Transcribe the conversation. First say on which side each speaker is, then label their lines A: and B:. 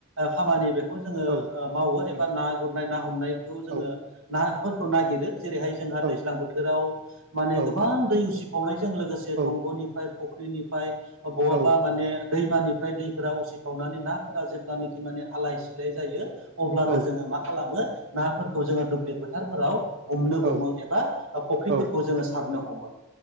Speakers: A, on the right; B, on the right.
A: खामानि बेखौ जोङो
B: औ
A: मावो
B: उम
A: एबा ना गुर ना हमनायखौ जोङो
B: औ
A: नाफोरखौ नागिरो जेरैहाय जोंहा
B: औ
A: दैज्लां बोथोराव माने
B: औ
A: गोबां दै उसिफावनायजों लोगोसे
B: औ
A: दंग'निफ्राय फुख्रिनिफ्राय बहाबा
B: औ
A: माने दैमानिफ्राय दैफोरा उसिफावनानै नाफोरा जेब्लानोाखि माने आलाय सिलाय जायो अब्लानो
B: औ
A: जोङो मा खालामो नाफोरखौ जोङो दुब्लि फोथारफोराव हमनो
B: औ
A: हमो एबा फुख्रिफोरखौ
B: औ
A: जोङो सारनो हमो